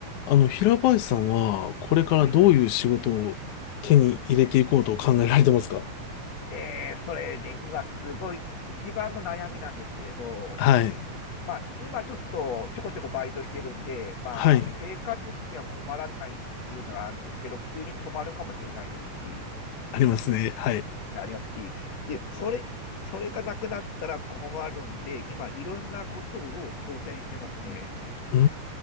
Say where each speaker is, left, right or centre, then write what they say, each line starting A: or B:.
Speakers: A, on the left; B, on the left.
A: あの、平林さんは、これからどういう仕事を手に入れていこうと考えられてますか
B: はいはい。えー、それに、今すごい一番の悩みなんですけれど、
A: はい。
B: まあ、今ちょっとちょこちょこバイトしてるんで、まあ、
A: はい。
B: 生活費には困らないっていうのがあるんですけど、急に止まるかもしれないですし、
A: ありますね。はい。
B: ありますし、で、それ、それがなくなったら困るんで、今いろんなことを挑戦してますね。
A: うー